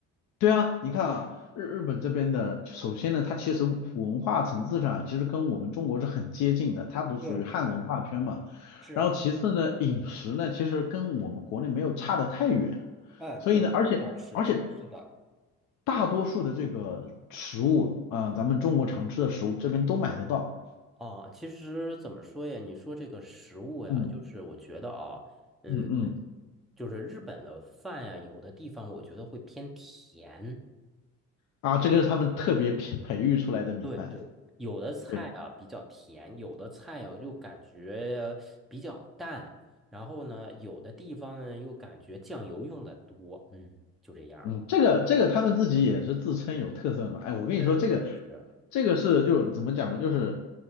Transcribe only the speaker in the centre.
对，是，
哎，
对，
老师，对，是的。
哦，其实怎么说呀？你说这个食物呀，
就是我觉得啊，嗯，
就是日本的饭呀，有的地方我觉得会偏甜，
对对，有的菜啊比较甜，
有的菜啊又感觉比较淡，然后呢，有的地方呢又感觉酱油用的多，嗯，就这样了。
是是是，